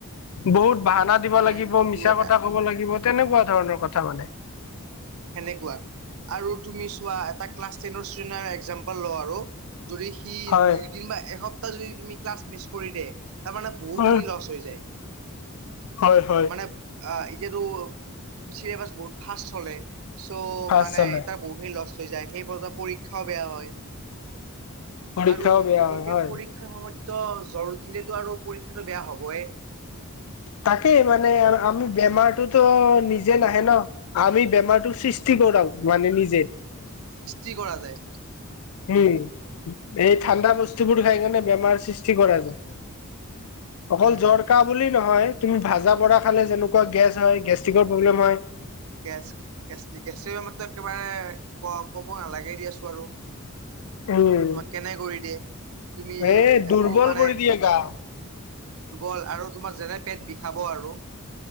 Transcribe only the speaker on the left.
বহুত বাহানা দিব
লাগিব,
মিছা
কথা ক'ব লাগিব তেনেকুৱা ধৰণৰ কথা মানে।
হয়
হয়
হয় হয়
পাছ
চালে
পৰীক্ষাও
বেয়া
হয় হয়
তাকেই মানে আৰ আমি বেমাৰটোতো নিজে নাহে ন, আমি বেমাৰটো সৃষ্টি কৰাও মানে নিজে।
উম। এই ঠাণ্ডা বস্তুবোৰ খাই কেনে বেমাৰ সৃষ্টি কৰা যায়। অকল
জ্বৰ কাহ বুলি নহয়, তুমি ভাজা পোৰা খালে যেনেকুৱা গেছ হয় গেষ্ট্ৰিকৰ প্ৰব্লেম হয়
উম
এই
দুৰ্বল
কৰি দিয়ে গা